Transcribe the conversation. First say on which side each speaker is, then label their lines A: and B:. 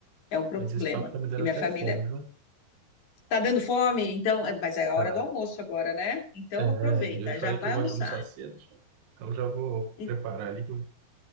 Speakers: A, on the left; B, on the right.
A: É um problema.
B: Mas esse papo tá me dando
A: E minha
B: até
A: família
B: fome, viu?
A: tá dando fome, então, é, mas é a
B: Tá.
A: hora do almoço agora, né? Então
B: É,
A: aproveita,
B: eu te falei
A: já vai
B: que eu gosto
A: almoçar.
B: de almoçar cedo. Então já vou preparar
A: E-
B: ali, que eu